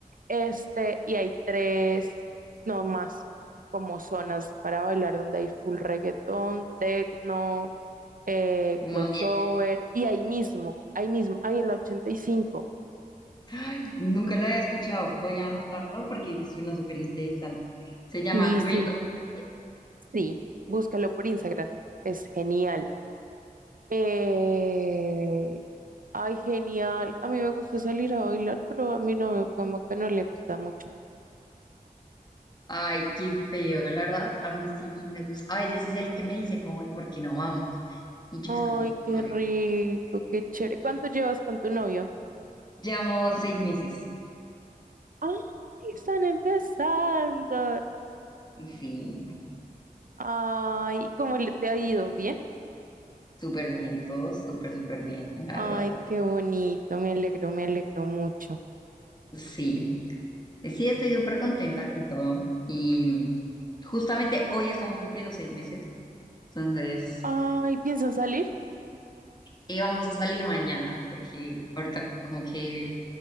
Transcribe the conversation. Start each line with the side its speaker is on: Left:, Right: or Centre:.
Right: Este, y hay tres, no más, como zonas para bailar donde hay full reggaetón, techno, eh,
Left: como
Right: crossover,
Left: ambiente.
Right: y ahí mismo, ahí mismo, ahí en la ochenta Y cinco
Left: Ay, nunca lo había escuchado. Voy a anotarlo porque es una súper interesante. Se llama
Right: sí,
Left: Gringo
Right: sí,
Left: Tuesday.
Right: sí búscalo por Instagram, es genial. Eh, ay, genial, a mí me gusta salir a bailar, pero a mi novio como que no le gusta mucho.
Left: Ay, qué feo, la verdad. A mí sí me gusta. A veces es el que me dice como, "Ay, ¿por qué no vamos? Y yo
Right: Ay,
Left: es como,
Right: qué
Left: "Mm,
Right: rico,
Left: es que tengo como pereza.
Right: qué chévere.
Left: Sí.
Right: ¿Cuánto llevas con tu novio?
Left: Llevamos seis meses.
Right: Ay, están empezando.
Left: Sí,
Right: Ay, ¿cómo le te ha ido? ¿Bien?
Left: súper bien todo, súper, súper bien, la
Right: Ay,
Left: verdad.
Right: qué bonito, me alegro, me alegro mucho.
Left: Sí, sí, estoy súper contenta con todo. Y mm, justamente hoy estamos cumpliendo seis meses. Entonces,
Right: Ay, ¿piensan salir?
Left: eh, vamos a salir mañana, porque ahorita como que